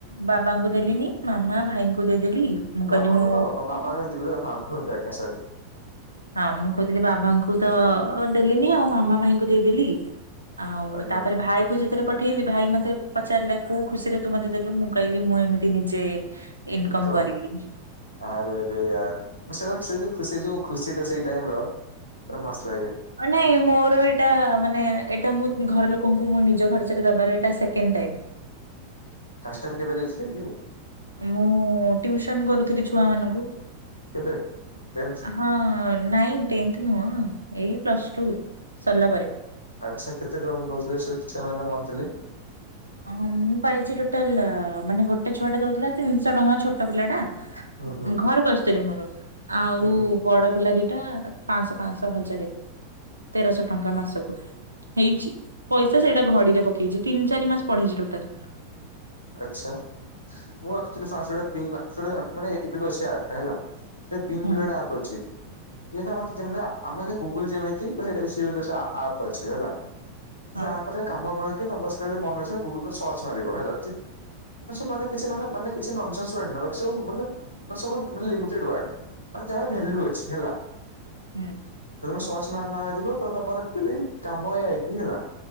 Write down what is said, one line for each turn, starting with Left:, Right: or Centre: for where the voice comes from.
Right: ବାବାଙ୍କୁ ଦେଲିିନି ମାମା ଭାଇଙ୍କୁ ଦେଇଦେଲି। ମୁଁ କହିଲି
Left: ବାପାଙ୍କୁ
Right: ମୁଁ
Left: କଣ ଦବ ବାପା ବାପା ହଁ କୁଖୁନ୍ତୁ ଆଜ୍ଞା ସରି।
Right: ହଁ ମୁଁ କହୁଥିଲି ବାବାଙ୍କୁତ ଦେଲିିନି ଆଉ ମାମା ଭାଇଙ୍କୁ ଦେଇଦେଲି। ଆଉ
Left: ଆଜ୍ଞା
Right: ତାପରେ ଭାଇକୁ ଯେତେବେଳେ ପ ପଠେଇଲି ଭାଇ ମତେ ପଚାରିଲା କୋଉ ଖୁସିରେ ତୁ ମତେ ଦେଲୁ ମୁଁ କହିଲି ମୁଁ ଏମିତି ନିଜେ ଇନକମ
Left: ଇନକମ୍
Right: କରିଲି।
Left: ଆରେ ଆରେୟାର ମୁଁସେଇ ଖୁସି ଯଉ ଖୁସିଟା ସେଇ ଟାଇମର ପୁରା ମସ୍ତ ଲାଗେ।
Right: ନାଇଁ ମୋର ଏଇଟା ମାନେ ଏଇଟା ମୁଁ ଘର ଲୋକଙ୍କୁ ମୁଁ ନିଜ ଖର୍ଚ୍ଚରେ ଦବାର ଏଇଟା ସେକେଣ୍ଡ ଟାଇମ୍।
Left: ଫାଷ୍ଟ ଟାଇମ୍ କେବେ ଦେଇଥିଲେକି?
Right: ମୁଁ ଟିଉସନ୍ କରୁଥିଲି ଛୁଆ ମାନଙ୍କୁ।
Left: କେବେ ଟେସ୍
Right: ହଁ ନାଇଁ ଟେନ୍ଥ ନୁହଁ ଏଇ ପ୍ଲସ୍ ଟୁ ସରିଲା ପରେ।
Left: ଆଚ୍ଛା କେତେ କଣ ଦଉଥିଲେ ସେଛୁଆ ମାନେ ମନ୍ଥଲି?
Right: ହଁ ମୁଁ ପାଇଚି ଟୋଟାଲ ମାନେ ଗୋଟେ ଛୁଆଟା ଦଉଥିଲା ତିନିଶହ ଟଙ୍କା ଛୋଟ ପିଲାଟା
Left: ହୁଁ ହୁଁ
Right: ଘରକୁ ଆସିଥିଲୁ ମୋର ଆଉ
Left: ହୁଁ ହୁଁ।
Right: ବଡ଼ ପିଲା ଦିଟା ପାଞ୍ଚଶହ ପାଞ୍ଚଶହ ହଜାରେ ତେରଶହ ଟଙ୍କା ମାସକୁ। ହେଇଚି ପଇସା ସେଇଟା ଘଡ଼ିରେ ପକେଇଚି ତିନି ଚାରି ମାସ ପଢିଚି ଟୋଟାଲ।
Left: ଆଚ୍ଛା ମୁ ଆକ୍ଚୁଲି <unintelligible> ଏବେବି ଅଛି ଆପ୍ଟା ହେଲା <unintelligible> ଗୋଟେ
Right: ହୁଁ
Left: ଆପ୍ ଅଛି। <unintelligible> ଆମ ଗୁଗୁଲ ଯେମି <unintelligible> ସେମିତି ଆପ୍ ଅଛି ହେଲା। ସେ
Right: ହଁ
Left: ଆପରେ କାମ <unintelligible> ମନଇଚ୍ଛା ଗୁଗୁଲରେ ସର୍ଚ ମାରିବ ହେଲା। ମାନେ କିଛି <unintelligible> ବାକି ସବୁ <unintelligible> ମାନେ ଯାହାର ଭେଲୁ ଅଛି ହେଲା।
Right: ହୁଁ।
Left: ତମ ସହଜ ମା ମା ମାରିବ ତ ତମ <unintelligible> କାମ ଏ ଆଇ ହେଲା।